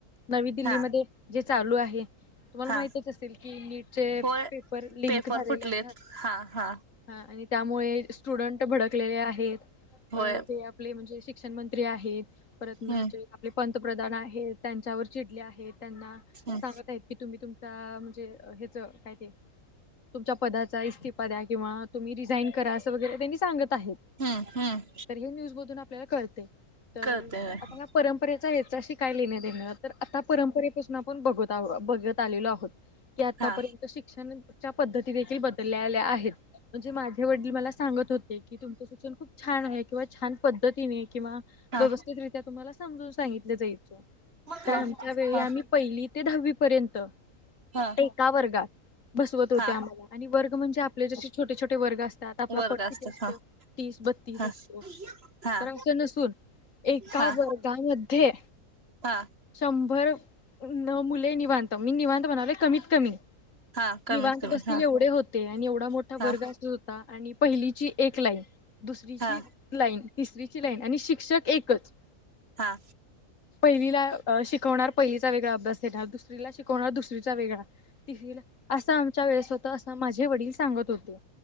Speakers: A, on the left; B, on the right.
A: नवी दिल्लीमध्ये
B: हा
A: जे चालू आहे तुम्हाला
B: हा
A: माहिती असे कि नीटचे
B: होय
A: पेपर लिंक
B: पेपर
A: झालेल्या
B: फुटलेत
A: नां
B: हा हा
A: हा आणि त्यामुळे स्टुडंट भडकलेले आहेत
B: होय
A: अ ते आपले म्हणजे शिक्षण मंत्री आहेत परत
B: हम्म
A: आप <unintelligible> पंतप्रधान आहेत त्यांच्यावर चिडले आहेत त्यांना
B: हम्म
A: सांगत आहेत की तुम्ही तुम म्हणजे ह्याच काय ते तुमच्या पदाचा इ्तीफा द्या किंवा तुम्ही रिझाईन करा असं वगैरे त्यांनी सांगत आहेत
B: हम्म हम्म
A: तर हे न्यूजमधून आपल्याला कळते तर
B: कळतंय होय
A: आता या परंपरेचा याच्याशी काय लेण देण तर आता परंपरेपासून आपण बघत आ बघत आलेलो आहोत की आतापर्यंत
B: हा
A: शिक्षण ज्या पद्धती देखील बदललेल्या आहेत म्हणजे माझे वडील मला सांगत होते की तुमचे शिक्षण खूप छा छान आहे किंवा छान पद्धतीने किंवा
B: हा
A: व्यवस्थितरित्या तुम्हाला समून सांगितलं जायचं तर
B: हा
A: आमच्या वेळी
B: हा
A: आम्ही पहिली ते दहावी पर्यंत
B: हा
A: एका वर्गात बसवत होते
B: हा
A: आम्हाला आणि वर्ग म्हणजे आपले जसे छोटे छोटे वर्ग असतात आपला
B: वर्ग
A: पट
B: असतात
A: किती असतो
B: हा
A: तीस बत्तीस
B: हा
A: असतो
B: हा
A: तर असं नसून एका
B: हा
A: वर्गामध्ये
B: हा
A: शंभर मुले निवांत मी निवांत म्हणाले कमीत कमी
B: हा कमीत
A: निवांत
B: कमी
A: बसतील
B: हा
A: एवढे होते आणि एवढा मोठा
B: हा
A: वर्ग अ <unintelligible> <unintelligible> अण पहिलीची एक लाईन दुसरीची
B: हा
A: लाईन तिसरीची लाईन आणि शिक्षक एकच
B: हा
A: पहीली ला शिकवणार पहिलीचा वेगळा अभ्यास देणार दुसरीला शिकवणार दुसरीचा वेगळा <unintelligible> असं आमच्या वेळेस होत असं माझे वडील सांगत होते